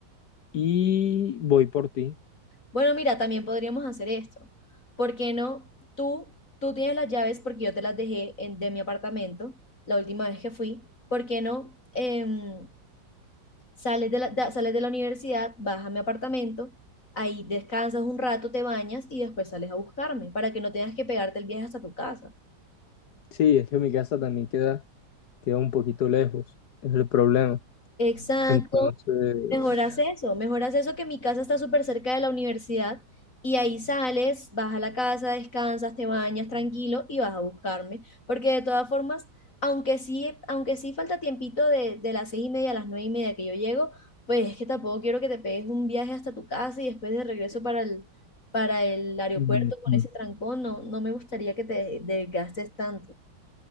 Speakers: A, on the left; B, on the left.
A: y voy por ti.
B: Bueno, mira, también podríamos hacer esto. ¿Por qué no? Tú, tú tienes las llaves porque yo te las dejé en- de mi apartamento la última vez que fui. ¿Por qué no? em, sales de la, da- sales de la universidad, vas a mi apartamento, ahí descansas un rato, te bañas y después sales a buscarme para que no tengas que pegarte el viaje hasta tu casa.
A: Sí, es que mi casa también queda, queda un poquito lejos, es el problema.
B: Exacto,
A: Entonces,
B: Mejoras eso, mejoras eso que mi casa está súper cerca de la universidad y ahí sales, vas a la casa, descansas, te bañas tranquilo y vas a buscarme, porque de todas formas, aunque sí, aunque sí falta tiempito de, de las seis y media a las nueve y media que yo llego, pues es que tampoco quiero que te pegues un viaje hasta tu casa y después de regreso para el, para el aeropuerto
A: ujú.
B: con ese trancón, no, no me gustaría que te desgastes tanto.